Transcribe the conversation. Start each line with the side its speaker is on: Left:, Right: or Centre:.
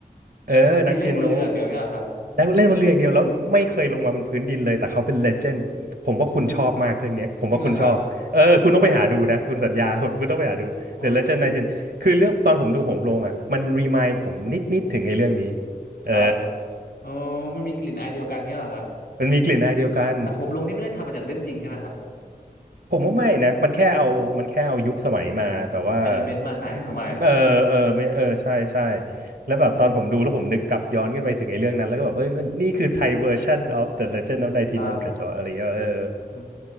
Right: เออนักเปียโน
Left: นักดนตรีเล่นบนเรืออย่างเดียวเงี้ยเหรอครับ
Right: ได้เล่นบนเรืออย่างเดียวแล้วไม่เคยลงมาบนพื้นดินเลยแต่เขาเป็นเลเจนด์ผมว่าคุณชอบมากเรื่องเนี้ยผมว่าคุณชอบเออคุณต้องไปหาดูนะคุณสัญญา
Left: จริงเหรอครับ
Right: <laughs> คุณต้องไปหาดู
Left: เออ
Right: The Legend 19คือเรื่องตอนผมดูโหมลงอ่ะมันรีมายด์ผมนิดนิดถึงไอ้เรื่องนี้เออ
Left: ครับเอ๋อมันมีกลิ่นอายเดียวกันเงี้ยเหรอครับ
Right: มันมีกลิ่นอายเดียวกัน
Left: แต่โหมลงนี่ไม่ได้ทำมาจากเรื่องจริงใช่ไหมครับ
Right: ผมว่าไม่นะ มันแค่เอา มันแค่เอายุคสมัยมา แต่ว่า
Left: เอาเอลเมนต์มาใส่เข้าไป
Right: อืมเออเออไม่เออ ใช่ใช่แล้วแบบตอนผมดูแล้วผมนึกกลับย้อนขึ้นไปถึงไอ้เรื่องนั้น แล้วก็แบบเอ้ยมันนี่คือไทยเวอร์ชัน of the Legend of 1900หรออะไรเงี้ยเออ
Left: ครับอื